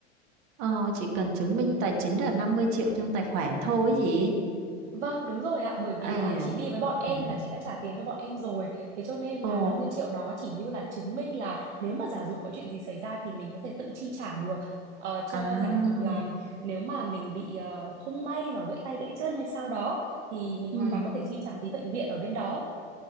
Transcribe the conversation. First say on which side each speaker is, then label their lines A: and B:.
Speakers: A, on the right; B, on the right.
A: ờ, chỉ cần chứng minh tài chính là 50 triệu trong tài khoản thôi ấy gì
B: Vâng, đúng rồi ạ, bởi vì
A: à
B: là chị đi với bọn em
A: ừ.
B: là chị đã trả tiền cho bọn em rồi. Thế cho nên là
A: ồ
B: 50 triệu đó chỉ như là chứng minh là nếu mà giả dụ có chuyện gì xảy ra thì mình có thể tự chi trả được. Ờ, cho
A: à
B: giả dụ là nếu mà mình bị ờ, không may mà gãy tay gãy chân hay sao đó thì mình
A: ừ
B: hoàn toàn có thể chi trả phí bệnh viện ở bên đó.